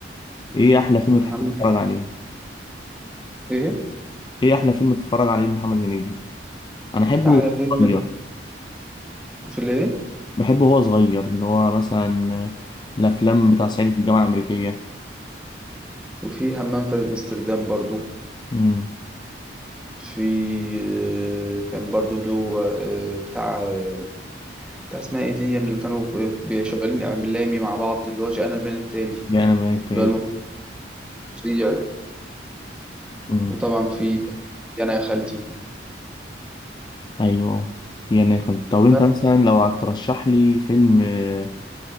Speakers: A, on the left; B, in the centre.
A: ايه احلى فيلم
B: محمد
A: تحب تتفرج عليه
B: ايه
A: ايه احلى فيلم بتتفرج عليه لمحمد هنيدي انا احبه
B: احلى
A: وهو
B: فيلم
A: صغير
B: في الايه
A: بحبه وهو صغير ان هو مثلا الافلام بتاع صعيدي في الجامعه الامريكيه
B: وفي همام في امستردام برضو
A: امم
B: في آه، كان برضو له آه، بتاع آه، بتاع اسمها ايه دي يعني اللي كانوا في- في- شغالين اعلامي مع بعض اللي هو جاءنا البيان التالي
A: يا انا بقيت
B: اللي هو المفضل.
A: امم
B: وطبعا في يا انا يا خالتي
A: ايوه يا ناخل طب انت
B: لا،
A: مثلا لو هترشح لي فيلم آه،